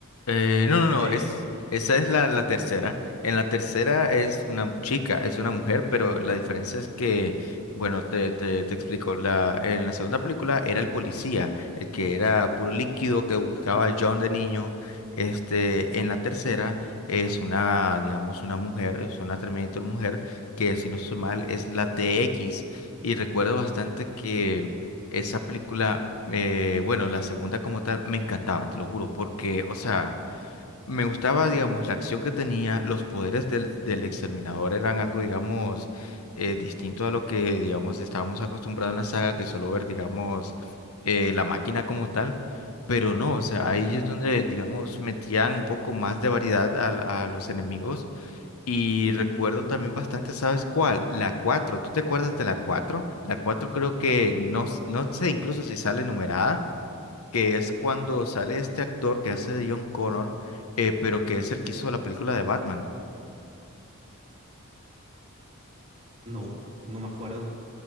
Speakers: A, on the left (about 80°); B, on the right (about 30°).
A: Eh, no, no,
B: creo,
A: no, es, esa es la, la tercera. En la tercera es una chica, es una mujer, pero la diferencia es que, bueno, te, te, te explico, la, en la segunda película era el policía, el que era puro líquido que buscaba a John de niño. Este, en la tercera es una, digamos, una mujer, es una Terminator mujer, que si no estoy mal es la T X Y recuerdo bastante que esa película... eh, bueno, la segunda como tal me encantaba, te lo juro, porque, o sea, me gustaba, digamos, la acción que tenía, los poderes del, del exterminador eran algo, digamos, eh, distinto a lo que, digamos, estábamos acostumbrados en la saga, que solo ver, digamos, eh, la máquina como tal, pero no, o sea, ahí es donde, digamos, metían un poco más de variedad al- a, los enemigos y recuerdo también bastante, ¿sabes cuál? La cuatro ¿tú te acuerdas de la cuatro La 4 creo que, no, s- no sé incluso si sale numerada que es cuando sale este actor que hace de John Connor, eh, pero que es el que hizo la película de Batman.
B: no, no me acuerdo.